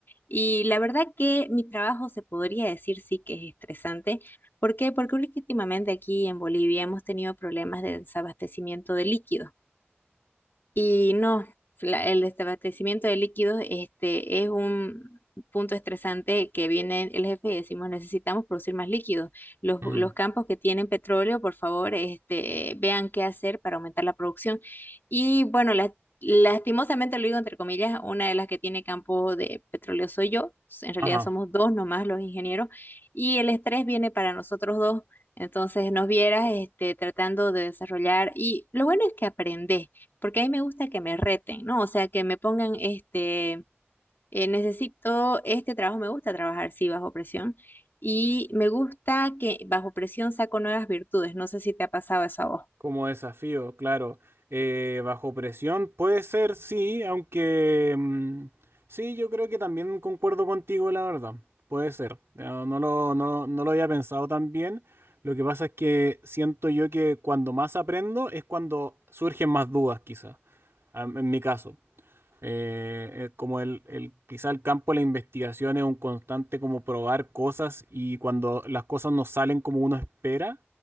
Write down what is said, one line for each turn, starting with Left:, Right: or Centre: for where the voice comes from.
Left: Y la verdad que mi trabajo se podría decir sí que es estresante. ¿Por qué? Porque últimamente aquí en Bolivia hemos tenido problemas de desabastecimiento de líquidos. Y no, la- el desabastecimiento de líquidos este, es un punto estresante que viene el jefe y decimos necesitamos producir más líquidos. Los,
Right: Ujú.
Left: los campos que tienen petróleo, por favor, este, vean qué hacer para aumentar la producción. Y bueno, la- lastimosamente lo digo entre comillas, una de las que tiene campo de petróleo soy yo. En realidad
Right: Ajá.
Left: somos dos nomás los ingenieros y el estrés viene para nosotros dos. Entonces nos vieras este, tratando de desarrollar y lo bueno es que aprendes porque a mí me gusta que me reten, ¿no? O sea, que me pongan, este, eh, necesito este trabajo, me gusta trabajar, sí, bajo presión, y me gusta que bajo presión saco nuevas virtudes, no sé si te ha pasado eso a vos.
Right: Como desafío, claro. Eh, bajo presión puede ser, sí, aunque mm, sí, yo creo que también concuerdo contigo, la verdad. Puede ser. No, no lo, no, no lo había pensado tan bien. Lo que pasa es que siento yo que cuando más aprendo es cuando surgen más dudas, quizás, am- en mi caso. Eh, eh, como el, el- quizá el campo de la investigación es un constante como probar cosas y cuando las cosas no salen como uno espera,